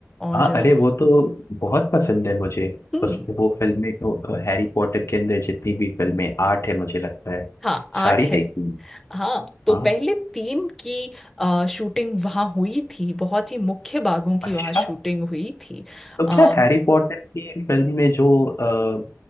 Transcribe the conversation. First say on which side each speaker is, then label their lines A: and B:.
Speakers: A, in the centre; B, on the left.
A: और
B: हाँ
A: अ,
B: अरे वो तो बहुत पसंद है मुझे
A: हम्म
B: उस वो फिल्में तो हैरी पॉटर के अंदर जितनी भी फिल्में आठ है मुझे लगता है
A: हाँ आठ
B: सारी देखी
A: है
B: हूँ।
A: हाँ तो
B: हाँ
A: पहले तीन की अ, शूटिंग वहाँ हुई थी बहुत ही मुख्य बागों की
B: अच्छा
A: वहाँ शूटिंग हुई थी
B: तो
A: आ,
B: क्या हैरी पॉटर की फिल्म में जो अ,